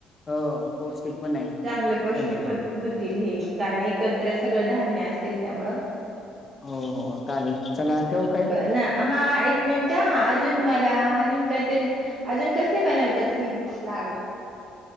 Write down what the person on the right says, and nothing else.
चांगले पौष्टिक
होतील हे कारण एकत्रच सगळं धान्य असतील त्यामुळं
ब ना हा एक मिनट अजून मला अजून काहीतरी अजून कसले बनवता तुम्ही लाडू?